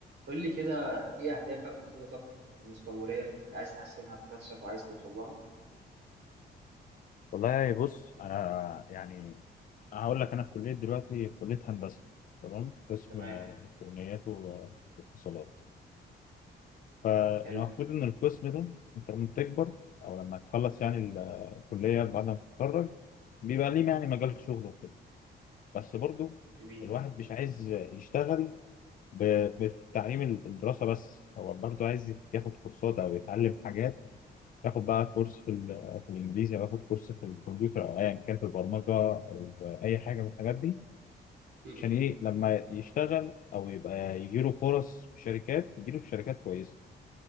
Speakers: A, on the right; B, on the left.
A: قول لي كده ايه اهدافك وخططك المستقبليه اللي عايز تحسنها في نفسك وعايز توصل لها
B: والله بص انا يعني هقول لك انا في كليه دلوقتي في كليه هندسه تمام قسم
A: تمام
B: آه، الكترونيات واتصالات فالمفروض
A: حلو
B: ان القسم ده انت لما تكبر او لما تخلص يعني ال- الكليه بعد ما تتخرج بيبقى ليه يعني مجال شغل وكده بس برضو
A: جميل
B: الواحد مش عايز يشتغل ب- بتعليم الدراسه بس هو برضو عايز ياخد كورسات او يتعلم حاجات اخد بقى كورس في ال- في الانجليزي او اخد كورس في الكمبيوتر او ايا كان في البرمجه او اي حاجه من الحاجات دي
A: م-م.
B: عشان ايه لما يشتغل او يبقى يجي له فرص في شركات يجي له في شركات كويسه